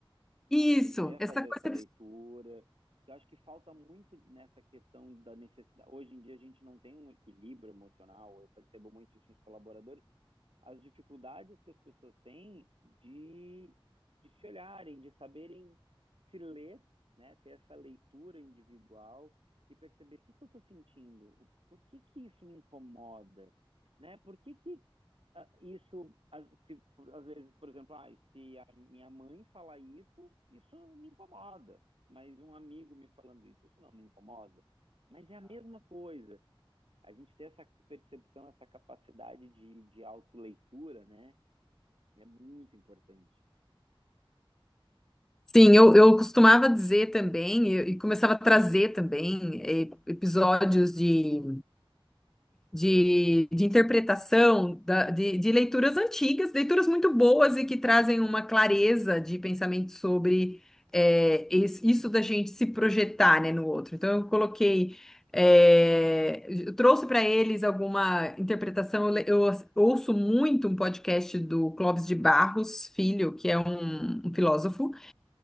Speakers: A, in the centre; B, on the right (about 75°).
A: isso,
B: Aprender a
A: essa
B: fazer
A: coisa.
B: essa leitura, que eu acho que falta muito nessa questão da necessidade. Hoje em dia a gente não tem um equilíbrio emocional, eu percebo muito isso nos colaboradores as dificuldades que as pessoas têm de, de se olharem, de saberem se ler, né? Ter essa leitura individual e perceber o que, que eu estou sentindo, por que, que isso me incomoda, né? Por que, que ah, isso, ah, se, por- às vezes, por exemplo, ah, se a minha mãe falar isso, isso me incomoda, mas um amigo me falando isso, isso não me incomoda. Mas é a mesma coisa a gente ter essa percepção, essa capacidade de, de autoleitura, né? É muito importante
A: Sim, eu, eu costumava dizer também, e e começava a trazer também eh, episódios de, de, de interpretação, da- de, de leituras antigas, leituras muito boas e que trazem uma clareza de pensamento sobre eh, es- isso da gente se projetar, né, no outro. Então, eu coloquei, eh, eu trouxe para eles alguma interpretação. Eu, le- eu as- ouço muito um podcast do Clóvis de Barros Filho, que é um um filósofo
B: É